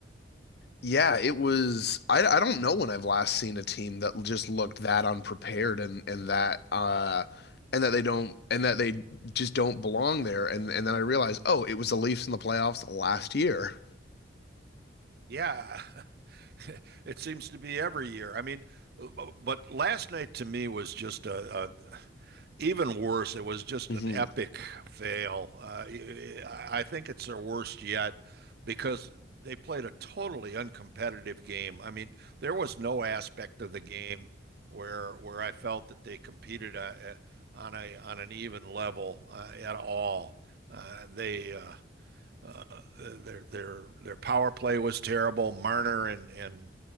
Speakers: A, on the left; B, on the right.
A: Yeah, it was. I, I don't know when I've last seen a team that just looked that unprepared and and that uh and that they don't and that they just don't belong there. And and then I realized, oh, it was the Leafs in the playoffs last year.
B: Yeah, <laughs> it seems to be every year. I mean, uh, bu- but last night to me was just a, a even worse. It was just
A: hmm
B: an epic fail. Uh, I I think it's their worst yet because they played a totally uncompetitive game. I mean, there was no aspect of the game where where I felt that they competed uh, uh, on a on an even level uh, at all. Uh, they uh, uh, their their their power play was terrible. Marner and and